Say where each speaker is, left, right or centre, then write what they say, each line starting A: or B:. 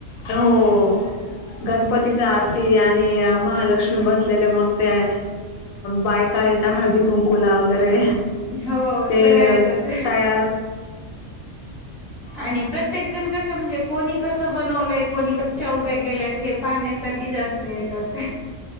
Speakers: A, on the left; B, in the centre.
A: हो
B: हम्म
A: गणपतीच आरती आणि. आणि महालक्ष्मी बसलेले मग ते बायका येत हळदी कुंकुला वगैरे
B: हो
A: ते
B: सगळे येतात
A: तयार
B: आणि प्रत्येक जण कस म्हणजे कोणी कस बनवलंय कोणी कशा उभ्या केल्यात हे पाहण्या साठी जास्त येतात.